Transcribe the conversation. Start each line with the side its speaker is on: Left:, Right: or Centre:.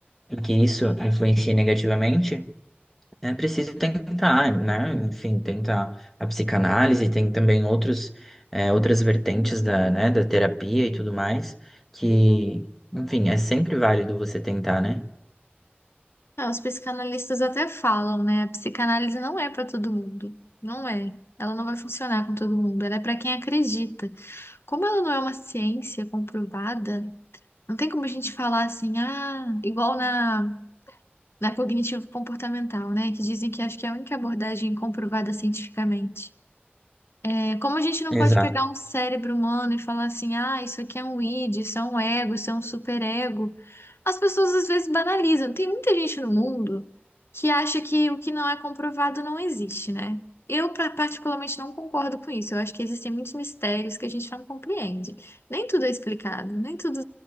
Centre: e que isso influencia negativamente, é preciso tentar, né? Enfim, tentar a psicanálise, tem também outros, é, outras vertentes da, né, da terapia e tudo mais, que, enfim, é sempre válido você tentar, né?
Left: Ah, os psicanalistas até falam, né? A psicanálise não é para todo mundo. Não é. Ela não vai funcionar com todo mundo. Ela é para quem acredita. Como ela não é uma ciência comprovada, não tem como a gente falar assim, ah, igual na, na cognitivo-comportamental, né? Que dizem que acho que é a única abordagem comprovada cientificamente. É como a gente não
Centre: Exato.
Left: pode pegar um cérebro humano e falar assim, ah, isso aqui é um id, isso é um ego, isso é um superego. As pessoas às vezes banalizam. Tem muita gente no mundo que acha que o que não é comprovado não existe, né? Eu pra- particularmente não concordo com isso. Eu acho que existem muitos mistérios que a gente não compreende. Nem tudo é explicado, nem tudo